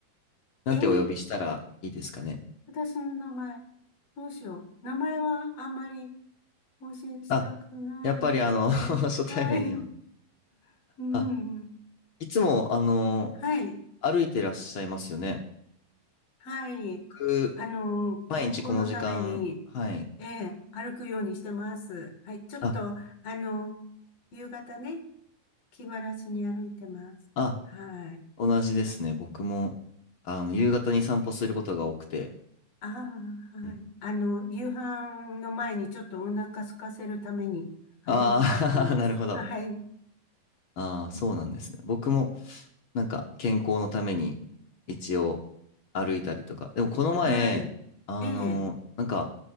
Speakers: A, on the left (about 75°); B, on the left (about 50°).
A: なんてお呼びしたらいいですかね。
B: ええ私の名前、どうしよう。名前はあんまり更新したくないな。
A: あ、やっぱりあの、<laughs> 初対面には。
B: はい。<laughs> うん。
A: あ、いつも、あの、
B: はい。
A: 歩いてらっしゃいますよね。
B: はい。
A: 僕、
B: あの、健康のために、
A: 毎日この時間、はい。
B: ええ、歩くようにしてます。はい。ちょっと、
A: あ、
B: あの、夕方ね、気晴らしに歩いてます。
A: あ、
B: はい。
A: 同じですね。僕も、あの、夕方に散歩することが多くて。
B: ああ、はい。
A: うん。
B: あの、夕飯の前にちょっとお腹空かせるために歩いてます。
A: あああー、<laughs> なるほど。
B: はい。
A: ああ、そうなんですね。僕も、なんか、健康のために、一応、歩いたりとか。でも、この前、
B: はい。
A: あのーなんか、
B: ええ。